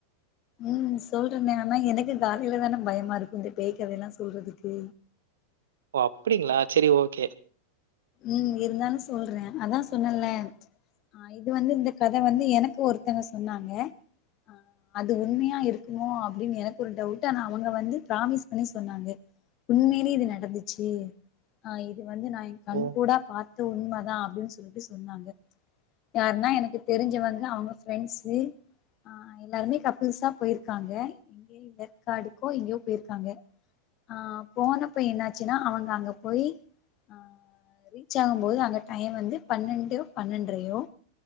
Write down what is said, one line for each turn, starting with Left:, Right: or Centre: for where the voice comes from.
Left: உம் சொல்றேன் ஆனா எனக்கு காலைல தான பயமா இருக்கு இந்த பேய் கதைலா சொல்றதுக்கு
Right: ஓ அப்டிங்ளா செரி ஓகே
Left: உம் இருந்தாலு சொல்றே அதா சொன்னேல ஆஹ் இது வந்து இந்த கத வந்து எனக்கு ஒருத்தவ்ங்க சொன்னாங்க ஆஹ் அது உண்மையா இருக்குமோ அப்டின் எனக்கு ஒரு டவுட்டு ஆனா அவுங்க வந்து ப்ராமிஸ் பண்ணி சொன்னாங்க உண்மைலே இது நடந்துச்சு ஆஹ் இது வந்து நா கண்
Right: ஓ!
Left: கூடா பாத் தது உண்ம தா அப்டின் சொல்லிட்டு சொன்னாங்க யாருன்னா எனக்கு தெரிஞ்சவங்க அவ்ங்க ஃப்ரெண்ட்ஸ்சு ஆஹ் எல்லாருமே கப்பிள்ஸா போயிருக்காங்க ஏற்காடுக்கோ எங்கயோ போயிருக்காங்க ஆஹ் போனப்ப என்னாச்சுனா அவ்ங்க அங்க போயி ஆஹ் அஹ் ரீச் ஆகும்போது அங்க டைம் வந்து பன்னெண்டு பன்னெண்டரையோ